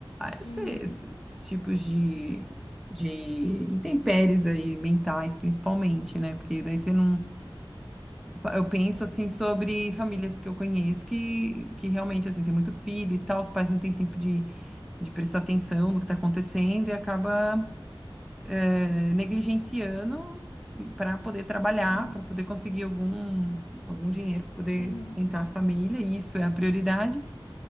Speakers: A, in the centre; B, on the left (about 60°).
A: esse-
B: Uhum,
A: esse- esses, tipos de, de intempéries aí, mentais, principalmente, né? Porque daí você não. Eu penso assim sobre famílias que eu conheço que, que realmente assim, tem muito filho e tal, os pais não têm tempo de, de prestar atenção no que está acontecendo e acaba eh, negligenciando para poder trabalhar,
B: uhum,
A: para poder conseguir algum, algum dinheiro, para poder
B: uhum,
A: sustentar a família, e isso é a prioridade,